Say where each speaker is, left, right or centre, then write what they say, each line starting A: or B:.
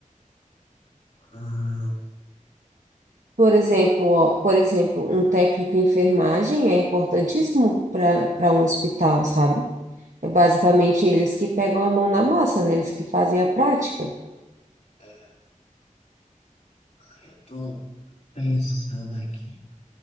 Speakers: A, on the left; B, on the right.
A: Ah,
B: Por exemplo, ó, por exemplo, um técnico em enfermagem é importantíssimo para para um hospital, sabe? É basicamente eles que pegam a mão na massa, né? Eles que fazem a prática.
A: é, Ah, eu tô pensando aqui.